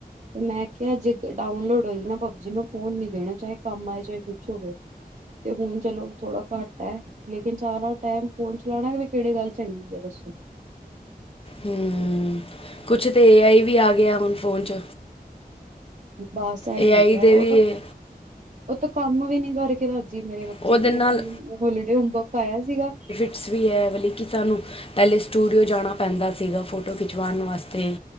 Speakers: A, on the right; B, on the left.
A: ਤੇ ਮੈਂ ਕਿਹਾ ਜੇ ਡਾਊਨਲੋਡ ਹੋਏਗੀ ਨਾ ਪਬਜੀ, ਮੈਂ ਫੋਨ ਨੀ ਦੇਣਾ ਚਾਹੇ। ਕੰਮ ਆਏ ਚਾਹੇ ਕੁਛ ਹੋਵੇ ਤੇ ਹੁਣ ਚਲੋ ਥੋੜਾ ਘੱਟ ਐ। ਲੇਕਿਨ ਸਾਰਾ ਟਾਈਮ ਫੋਨ ਚਲਾਣਾ, ਕਿਹੜੇ ਗੱਲ ਚੰਗੀ ਆ ਦੱਸੋ।
B: ਹੂੰ ਕੁਛ ਤਾਂ ਏ ਆਈ ਵੀ ਆ ਗਿਆ ਹੁਣ ਫੋਨ ਚ
A: ਬਸ ਇਹੀ
B: ਏ ਆਈ
A: ਹੈਗਾ,
B: ਦੇ
A: ਉਹ
B: ਵੀ
A: ਤਾਂ ਉਹ ਤਾਂ ਕੰਮ ਵੀ ਨੀ ਕਰਕੇ ਰਾਜ ਜੀ ਮੇਰੇ ਬੱਚੇ
B: ਉਹਦੇ
A: ਤੇ ਦੇਖੋ,
B: ਨਾਲ
A: ਹੋਲੀਡੇ ਹੋਮਵਰਕ ਆਇਆ ਸੀਗਾ।
B: ਏ ਵਾਲੀ ਕਿ ਸਾਨੂੰ ਪਹਿਲੇ ਸਟੂਡੀਓ ਜਾਣਾ ਪੈਂਦਾ ਸੀਗਾ ਫੋਟੋ ਖਿਚਵਾਣ ਵਾਸਤੇ